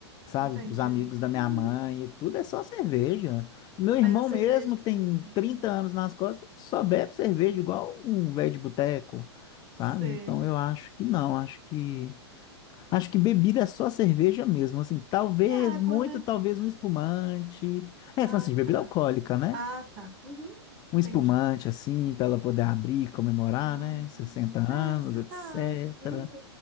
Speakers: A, on the left; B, on the right.
A: sabe,
B: entendi.
A: para os amigos da minha
B: Uhum.
A: mãe, e tudo é só cerveja. Meu irmão
B: Mas a cerveja
A: mesmo, que tem
B: mesmo,
A: 30
B: né?
A: anos nas costas, só bebe cerveja igual um velho de boteco, sabe?
B: Sei.
A: Então eu acho que não, acho que Acho que bebida é só cerveja mesmo, assim, talvez,
B: E a água,
A: muito
B: né?
A: talvez um espumante. É,
B: Ah,
A: então, assim, de bebida
B: tá.
A: alcoólica, né?
B: Ah, tá. Uhum.
A: Um
B: Entendi.
A: espumante, assim, para ela poder abrir, e comemorar,
B: Ah,
A: né? 60 anos,
B: é, se
A: etc.
B: pá. Uhum.